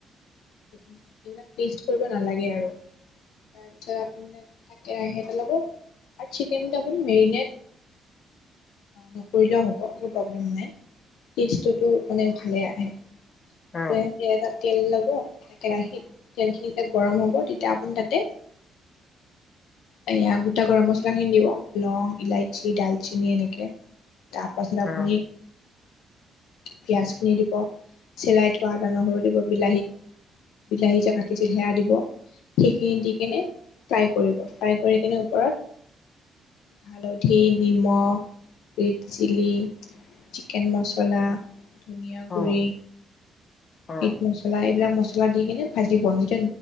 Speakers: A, on the left (about 90°); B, on the left (about 45°).
A: এইবিলাক টেষ্ট কৰিব নালাগে আৰু তাৰপিছত আপুনি এটা কেৰাহি এটা লব আৰু চিকেন মেৰিনেট নকৰিলেও হব। একু প্রবলেম নাই টেষ্টোটো মানে ভালে আহে
B: উম
A: আপুনি ইহাতে এটা তেল লব এ কেৰাহিত তেল খিনি যেতিয়া গৰম হ'ব তেতিয়া আপুনি তাতে এয়া গোটা গৰম মছলা খিনি দিব লং ইলাইচি ডালচিনি এনেকে তাৰ পাছত
B: উম
A: আপুনি
B: উম
A: পিঁয়াজখিনি দিব চেলাই থোৱা আদা নহৰু দিব বিলাহীত বিলাহী যে কাটিছিল সেয়া দিব সেইখিনি দি কেনে ফ্ৰাই কৰিব ফ্ৰাই কৰি কিনে ওপৰত
B: <inaudible>
A: হালধি নিমখ ৰেড চিলি চিকেন মচলা ধুনিয়া
B: উম
A: গুড়ি
B: উম
A: মিট মছলা এইবিলাক মচলা লা দি কিনে ভাজিব যেতিয়া